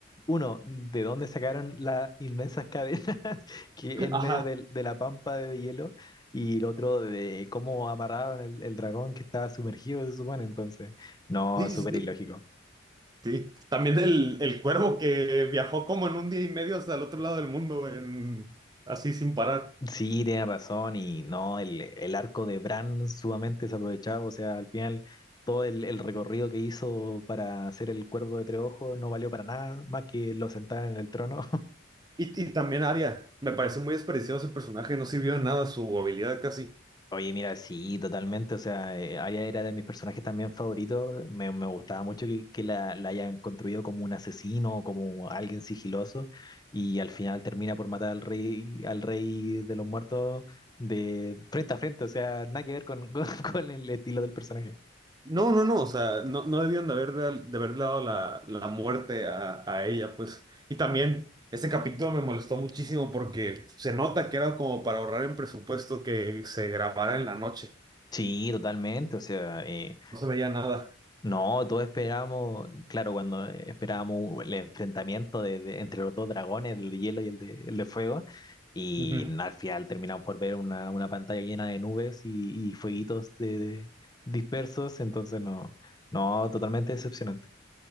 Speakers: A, on the left; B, on the right.
A: uno, ¿de dónde sacaron las inmensas cadenas <laughs> que
B: <laughs>
A: en
B: Ajá.
A: medio del- de, la pampa de hielo? Y el otro de cómo amarraron el, el dragón que estaba sumergido, se supone. Entonces, no,
B: Sí,
A: súper
B: sí, sí.
A: ilógico.
B: Sí. También el, el cuervo que viajó como en un día y medio hasta el otro lado del mundo, en- así sin parar.
A: Sí, tiene razón y no, el, el arco de Bran sumamente desaprovechado, o sea, al final todo el, el recorrido que hizo para hacer el cuervo de Treojo no valió para nada, más que lo sentaran en el trono.
B: Y, y también Arya. Me parece muy desperdiciado ese personaje, no sirvió de nada su habilidad casi.
A: Oye, mira, sí, totalmente. O sea, eh, Arya era de mis personajes también favoritos. Me, me gustaba mucho que, que la, la hayan construido como un asesino, como alguien sigiloso, y al final termina por matar al rey, al rey de los muertos de frente a frente. O sea, nada que ver con, <laughs> con, con el estilo del personaje.
B: No, no, no, o sea, no, no debieron de haber, de, de haber dado la, la muerte a, a ella, pues. Y también ese capítulo me molestó muchísimo porque se nota que era como para ahorrar en presupuesto que se grabara en la noche.
A: Sí, totalmente. O sea, eh,
B: No se veía nada.
A: No, todos esperábamos, claro, cuando esperábamos el enfrentamiento de, de- entre los dos dragones, el de hielo y el de, el de fuego, y
B: Ujú.
A: al final terminamos por ver una, una pantalla llena de nubes y, y fueguitos de- de- dispersos, entonces no, no, totalmente decepcionante.